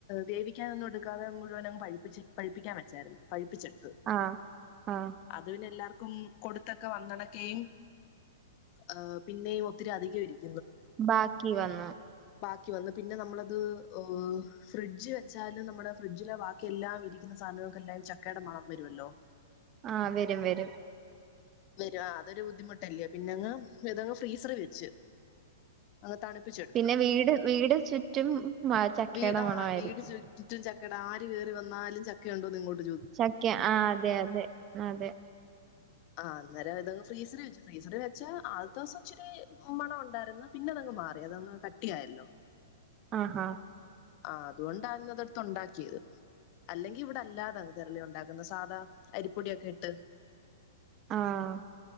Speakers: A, on the left; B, on the right.
A: വേവിക്കാന് ഒന്നും എടുക്കാതെ മുഴുവൻ അങ്ങ് പഴിപ്പിച്ചു പഴിപ്പിക്കാൻ വച്ചായിരുന്നു. പഴിപ്പിച്ചു എട്
B: ആഹ് ആഹ്.
A: അത് പിന്നെ എല്ലാർക്കും കൊടുത്തൊക്കെ വന്നണക്കയും ഏഹ് പിന്നെയും ഒത്തിരി അധികം ഇരിക്
B: ബാക്കി വന്ന്
A: ബാക്കി വന്ന് പിന്നെ നമ്മളത് ഏഹ് ഫ്രിഡ്ജ് വെച്ചാലും നമ്മടെ ഫ്രിഡ്ജിലെ ബാക്കി എല്ലാം ഇരിക്കുന്ന സാധനങ്ങൾക്കെല്ലാം ചക്കേടെ മണം വരുവല്ലോ
B: ആ വെരും വെരും.
A: വെരും ആ അതൊരു ബുദ്ധിമുട്ടല്ലേ പിന്നെങ്ങ് അതങ്ങ് ഫ്രീസറീ വെച്ച് അങ്ങ് തണുപ്പിച്ചെടുത്ത്
B: പിന്നെ വീട് വീട് ചുറ്റും മ ചക്കയുടെ
A: വീട് ആ
B: മണമായിരിക്കും.
A: വീട് ചുറ്റും ചക്ക് <unintelligible> ആര് കേറി വന്നാലും ചക്കയുണ്ടോന്ന് ഇങ്ങോട്
B: ചക്ക ആ അതെ അതെ അതെ.
A: ആ അന്നേരം ഇതങ്ങ് ഫ്രീസറീ വെച്ചു ഫ്രീസറീ വെച്ചാ ആദ്യത്തെ ദിവസം ഇച്ചിരി മണം ഒണ്ടായിരുന്നു പിന്നെ അതങ്ങ് മാറി അതങ്ങ് കട്ടിയായല്ലോ
B: ആ ആഹ്
A: ആ അതുകൊണ്ടാ ഇന്നതെടുത്ത് ഒണ്ടാക്കിയത് അല്ലെങ്കി ഇവിടെ അല്ലാതാ തെരളി ഒണ്ടാക്കുന്നത് സാധാ അരിപ്പൊടിയൊക്കെ ഇട്ട്
B: ആഹ്